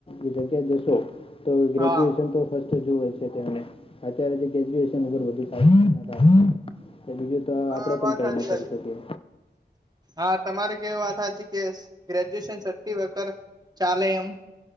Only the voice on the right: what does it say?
હા
હા
વાત
સાચી
હા તમારે કેવું વાત હાચી કે ગ્રેજ્યુએશન સટી ચાલે એમ?